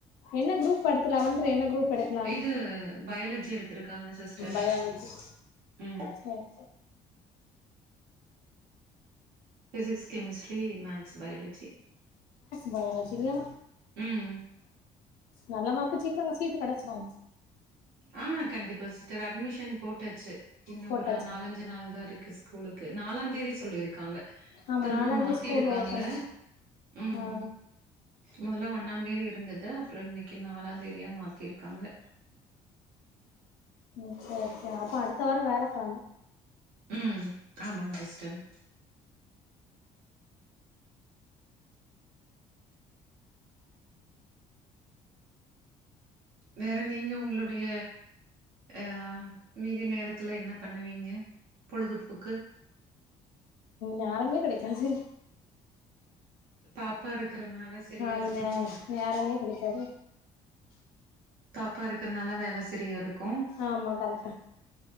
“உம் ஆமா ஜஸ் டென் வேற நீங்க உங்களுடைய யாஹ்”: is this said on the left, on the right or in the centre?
Right